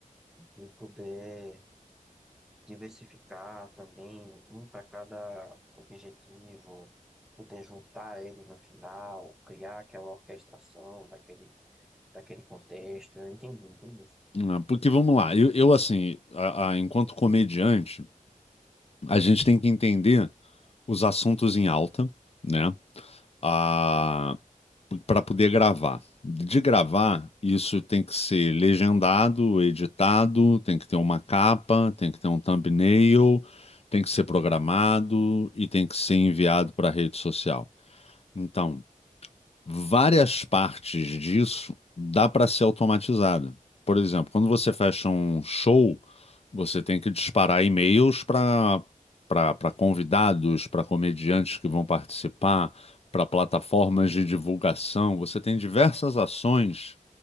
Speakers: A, in the centre; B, on the left.
A: de poder diversificar também, um para cada objetivo, poder juntar eles no final, criar aquela orquestração daquele, daquele contexto. Eu entendi, entendi.
B: né? Porque vamos lá, eu, eu, assim, a- a- enquanto comediante, a gente tem que entender os assuntos em alta, né? Ah, para poder gravar. De gravar, isso tem que ser legendado, editado, tem que ter uma capa, tem que ter um thumbnail, tem que ser programado e tem que ser enviado para a rede social. Então, várias partes disso dá para ser automatizado. Por exemplo, quando você fecha um show, você tem que disparar e-mails para para convidados, para comediantes que vão participar, para plataformas de divulgação. Você tem diversas ações